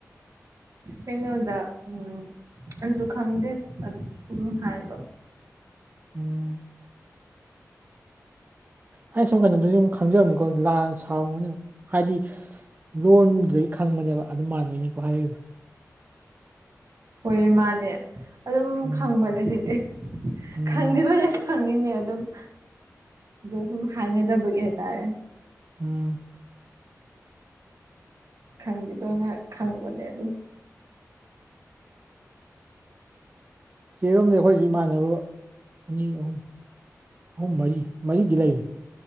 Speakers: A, on the right; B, on the right.
A: ꯀꯩꯅꯣꯗ ꯎꯝ ꯑꯩꯁꯨ ꯈꯪꯗꯦ ꯑꯁꯨꯝ ꯍꯥꯏꯕ꯫
B: ꯎꯝ ꯑꯩ ꯁꯨꯝ ꯀꯩꯅꯣꯗꯗꯤ ꯈꯪꯖꯕꯅꯤꯀꯣ ꯂꯥꯟ ꯁꯥꯎꯔꯒꯅꯤ ꯍꯥꯏꯗꯤ ꯂꯣꯟꯗꯨꯗꯒꯤ ꯈꯪ ꯕꯅꯦꯕ ꯑꯗꯨ ꯃꯥꯟꯕꯩꯅꯤꯀꯣ ꯍꯥꯏꯔꯛꯏꯗꫭ꯫
A: ꯍꫭꯏꯌꯦ ꯃꯥꯅꯦ ꯑꯗꯨꯝ
B: ꯎꯝ
A: ꯈꯪꯕꯅꯦ ꯁꯤꯗꯤ꯫
B: ꯎꯝ
A: <unintelligible> ꯅꯦ ꯑꯗꯨꯝ ꯗꫭ ꯁꯨꯝ ꯍꯥꯏꯅꯗꯕꯒꯤ ꯍꯥꯏꯇꯥꯔꯦ꯫
B: ꯎꯝ꯫
A: ꯈꯪꯗꯦꯗꯣ ꯑꯩꯅ ꯈꯪꯉꯨꯕꯅꯦ ꯑꯗꯨꯝ꯫
B: ꯆꯦꯔꯣꯝꯗ ꯑꯈꯣꯏꯁꯨ ꯏꯃꯥꯟꯅꯕ ꯑꯅꯤ ꯑꯍꯨꯝ ꯑꯍꯨꯝ ꯃꯔꯤ ꯃꯔꯤꯗꯤ ꯂꯩꯕꯅꯤ